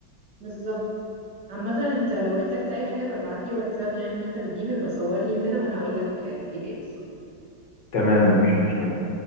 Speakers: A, on the right; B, on the left.
A: بالظبط عامة انت لو احتجت اي حاجة يبقى ابعتلي واتساب يعني وانت بتجيبي يبقى صورلي وكده وانا اقولك تجيبي ايه بالظبط
B: تمام مفيش مشكله